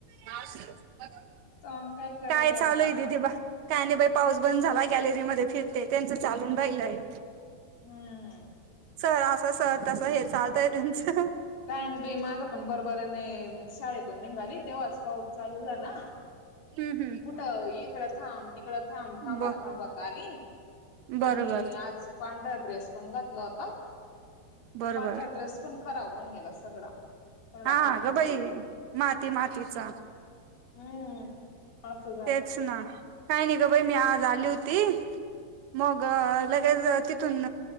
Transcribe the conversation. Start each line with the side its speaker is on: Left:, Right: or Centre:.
Right: मावशी दाखव
Left: तर करते
Right: काय
Left: आता
Right: चालोय दीदी काय नाही? बाई! पाऊस बंद झालाय, गॅलरीमध्ये फिरते त्यांच चालून राहिलंय.
Left: ह.
Right: सर असं सर तसं हे चालतय? त्यांचं.
Left: काय ना बा माझं पण बरोबर नाही, शाळेतून निघाली तेव्हाच पाऊस चालू झाला.
Right: हम्म हम्म
Left: कुठं इ इकडं थांब तिकडं थांब, थांबत
Right: ब
Left: थांबत आली.
Right: बरोबर
Left: आणि आज पांढरा ड्रेस, पण घातला होता. तर
Right: बरोबर
Left: पांढरा ड्रेस पण खराब होऊन, गेला सगळा. सगळा
Right: हा
Left: माती
Right: गं
Left: मातीचा
Right: बाई माती मातीचा.
Left: हम्म असं झालं
Right: तेच ना काय नाही? गं बाई मी आज आली होती. मग लगेच तिथून